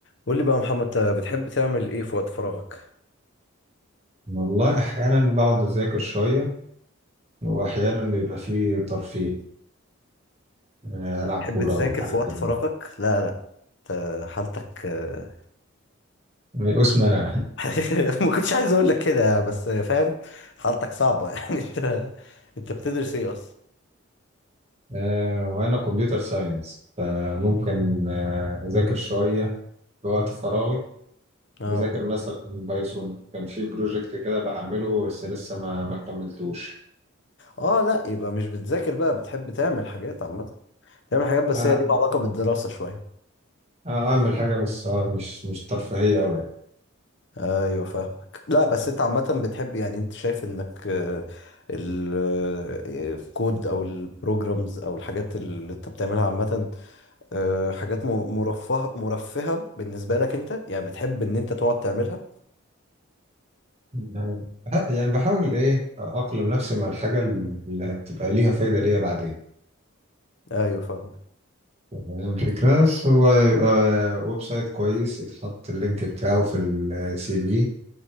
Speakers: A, on the left (about 55°); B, on the right (about 30°).
A: قول لي بقى يا محمد انت بتحب تعمل ايه في وقت فراغك؟
B: والله أحيانا بقعد أذاكر شوية وأحيانا بيبقى فيه ترفيه يعني ألعب
A: تحب
B: كورة
A: تذاكر
B: أو حاجة
A: في وقت
B: كده
A: فراغك؟ لا لا انت حالتك آه،
B: من قسم أنا
A: <laughs> ما كنتش عايز اقول لك كده يعني، بس فاهم حالتك صعبة <laughs> يعني انت انت بتدرس ايه اصلا؟
B: آه، وأنا كمبيوتر ساينس فممكن آه، أذاكر شوية في وقت فراغي
A: اه
B: بذاكر مثلا بايثون كان في بروجكت كده بعمله بس لسه ما ما كملتوش
A: اه لا يبقى مش بتذاكر بقى بتحب تعمل حاجات عامة تعمل حاجات بس
B: أعمل
A: هي ليها علاقة بالدراسة شوية
B: أعمل حاجة بس آه، مش مش ترفيهية أوي يعني
A: ايوه فاهمك لا بس انت عامة بتحب يعني انت شايف انك آه، ال- آه، الكود او البروجرامز او الحاجات اللي انت بتعملها عامة آه، حاجات م- مرفهة مرفهة بالنسبة لك انت يعني بتحب ان انت تقعد تعملها
B: يعني بح- يعني بحاول إيه أقلم نفسي مع الحاجة اللي هتبقى ليها فايدة ليا بعدين
A: ايوه فاهمك
B: تمام الفكرة بس هو آه، ويب سايت كويس يتحط اللينك بتاعه في السي في